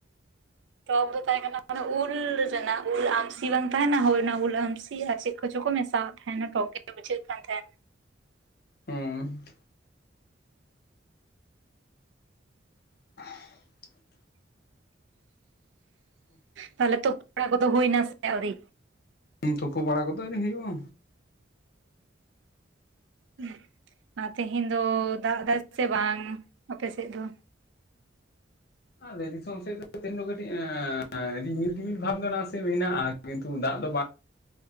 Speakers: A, on the right; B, on the left.
A: ᱴᱚᱠ ᱫᱚ ᱛᱟᱦᱮᱸ ᱠᱟᱱᱟ ᱢᱟᱱ ᱩᱞ ᱨᱮᱱᱟᱜ ᱩᱞ ᱟᱢᱥᱤ ᱵᱟᱝ ᱛᱟᱦᱮᱱᱟ ᱦᱚᱭ ᱨᱮᱱᱟᱜ ᱩᱞ ᱟᱢᱥᱤ ᱟᱨ ᱪᱮᱫ ᱠᱚᱪᱚ ᱠᱚ ᱢᱮᱥᱟᱫᱟ ᱦᱮ ᱴᱚᱞ ᱛᱮ ᱵᱩᱡᱷᱟᱹᱜ ᱠᱟᱱ ᱛᱟᱦᱮᱱ
B: ᱦᱩᱸ ᱦᱦ
A: ᱛᱟᱦᱚᱞᱮ ᱛᱚ ᱛᱚᱲᱟ ᱠᱚᱫᱚ ᱦᱩᱭ ᱱᱟ ᱥᱮ ᱟᱹᱣᱨᱤ
B: ᱛᱩᱯ ᱵᱟᱲᱟ ᱠᱚᱫᱚ ᱮᱱᱨᱤ ᱦᱩᱭᱩᱜᱼᱟ
A: ᱦᱮᱸ ᱟᱨ ᱛᱮᱦᱮᱧ ᱫᱚ ᱫᱟᱜ ᱮᱫᱟ ᱥᱮ ᱵᱟᱝ ᱟᱯᱮᱥᱮᱫ ᱫᱚ
B: ᱟ ᱫᱤᱥᱚᱢ ᱥᱮᱫ ᱫᱚ ᱠᱟᱹᱴᱤᱡ ᱟᱟ ᱟᱹᱰᱤ ᱢᱤᱞ ᱫᱤᱢᱤᱞ ᱵᱷᱟᱵ ᱫᱚ ᱱᱟᱥᱮ ᱢᱮᱱᱟᱜᱼᱟ ᱠᱤᱱᱛᱩ ᱫᱟᱜ ᱫᱚ ᱵᱟᱝ